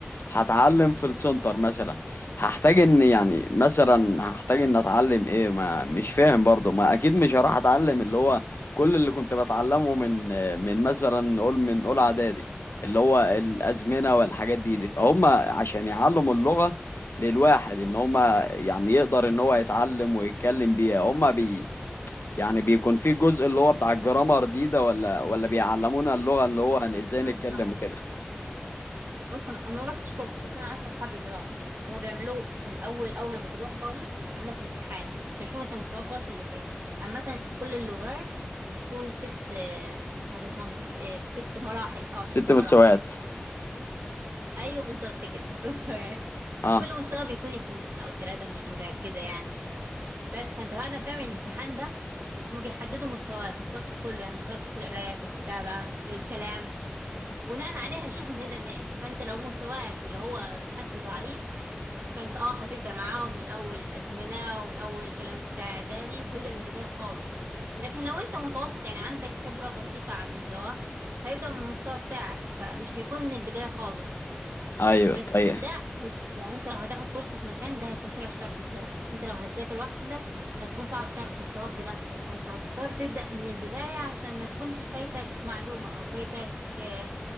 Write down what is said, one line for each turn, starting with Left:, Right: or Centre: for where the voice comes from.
Left: هتعلم في السنتر مثلا هحتاج ان يعني مثلا هحتاج ان اتعلم ايه ما مش فاهم برضه ما اكيد مش هروح اتعلم اللي هو كل اللي كنت بتعلمه من من مثلا نقول من اولى اعدادي اللي هو الازمنه والحاجات دي دي فهم عشان يعلموا اللغه للواحد ان هم يعني يقدر ان هو يتعلم ويتكلم بيها هم بي يعني بيكون في جزء اللي هو بتاع الجرامر دي ده ولا ولا بيعلمونا اللغه اللي
Right: بص
Left: هو هن-
Right: انا
Left: ازاي
Right: أنا
Left: نتكلم
Right: هشرح لك
Left: وكده
Right: بص انا انا ما رحتش كورس بس انا عارفه اصحابي اللي راحوا هما بيعملوا الاول اول ما بتروح خالص بيعملوا لك امتحان عشان يشوفوا انت مستواك واصل لفين عامه كل اللغات بتكون ست مش عارفه اسمهم ست ايه ست مراحل اه ست
Left: ست
Right: مراحل
Left: مساوات
Right: ايوه بالظبط كده ست مستويات
Left: اه
Right: وكل مستوى بيكون اتنين او تلاتة مش متأكدة يعني بس فانت بعد ما بتعمل الامتحان ده هما بيحددوا مستواك مستواك في كله يعني مستواك في القراية في الكتابة في الكلام بناء عليها يشوفوا انت هتبدأ منين فانت لو مستواك اللي هو حد ضعيف فانت اه هتبدأ معاهم من اول الازمنة ومن اول الكلام بتاع اعدادي هتبدأ من البداية خالص لكن لو انت متوسط يعني عندك خبرة بسيطة عن اللغة هيبدأ من المستوى بتاعك فمش هيكون من البداية خالص
Left: ايوه
Right: بس
Left: طيب
Right: ده هيك- يعني انت لو هتاخد كورس في مكان ده هيكون حلو عشان تعرف مستواك بس انت لو هتذاكر لوحدك هتكون صعب تعرف مستواك بنفسك فانت هتضطر تبدأ من البداية عشان ما تكونش فايتك معلومة او فايتك آه،